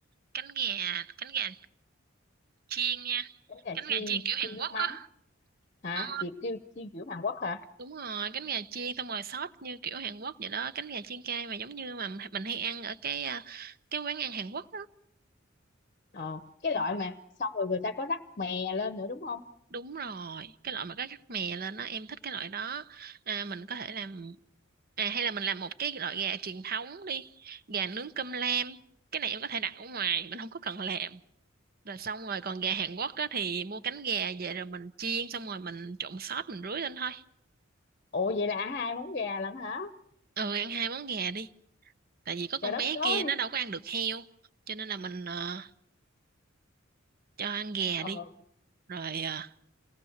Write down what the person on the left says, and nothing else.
giống gà
chiên
chiên
nước
mắm
hả
chị kêu chiên kiểu Hàn Quốc hả
ờ cái
loại mà xong rồi người ta có rắc mè lên nữa đúng không
Ủa vậy là ăn hai món gà lận hả?
Trời đất
ơi.
Ờ,